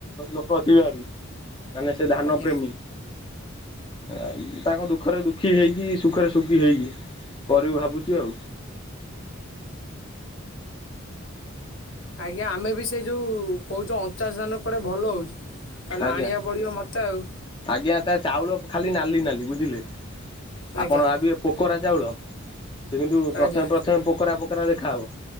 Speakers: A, on the left; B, on the left.
A: ଲୋକ ଅଛି ଭାରି ମାନେ ସେ ଧାନ
B: ଆଜ୍ଞା
A: ପ୍ର୍ରେମୀ। ଆଉ ତାଙ୍କ ଦୁଃଖରେ ଦୁଃଖୀ ହେଇକି ସୁଖରେ ସୁଖୀ ହେଇକି। କରିବି ଭାବୁଚି ଆଉ।
B: ଆଜ୍ଞା ଆମେ ବି ସେ ଯୋଉ କହୁଛ ଅଣଚାଶ ଧାନ କୁଆଡ଼େ ଭଲ ହଉଛି। ତାହେଲେ
A: ଆଜ୍ଞା
B: ଆଣିବାକୁ ପଡିବ ମୋତେ ଆଉ।
A: ଆଜ୍ଞା ତା ଚାଉଳ ଖାଲି ନାଲି ନାଲି, ବୁଝିଲେ,
B: ଆଜ୍ଞା
A: ଆପଣ ଭାବିବେ ପୋକରା ଚାଉଳ, ସେ କିନ୍ତୁ
B: ଆଜ୍ଞା
A: ପ୍ରଥମେ ପ୍ରଥମେ ପୋକରା ପୋକରା ଦେଖାହେବ।